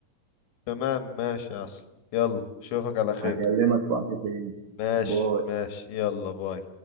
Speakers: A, on the left; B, on the right.
A: تمام ماشي يا أصل يلا أشوفك على خير
B: هكلمك وقت تاني
A: ماشي
B: باي
A: ماشي يلا باي